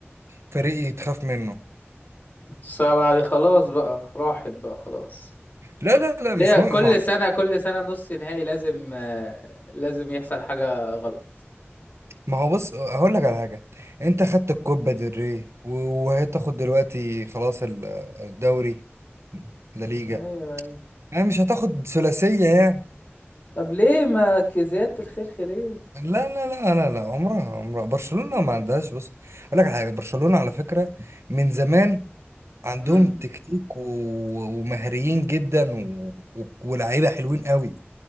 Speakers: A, on the right (about 80°); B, on the left (about 40°).
A: فريق تخاف منه
B: السبعة دي خلاص بقى راحت بقى خلاص
A: لا لا لا
B: ليه
A: مش
B: كل
A: مهم ما
B: سنة كل سنة نص نهائي لازم آه، لازم يحصل حاجة غلط
A: ما هو بص هقول لك على حاجة انت خدت الكوبا ديل ري و- وهتاخد دلوقتي خلاص ال- الدوري لا ليجا
B: ايوه ايوه
A: يعني مش هتاخد ثلاثية يعني
B: طب ليه ما ك- زيادة الخير خيرين
A: لا لا لا لا لا عمرها عمرها برشلونة ما عندهاش بص اقول لك على حاجة برشلونة على فكرة من زمان عندهم
B: امم
A: تكتيك و- ومهريين جدا و... و- ولاعيبه حلوين قوي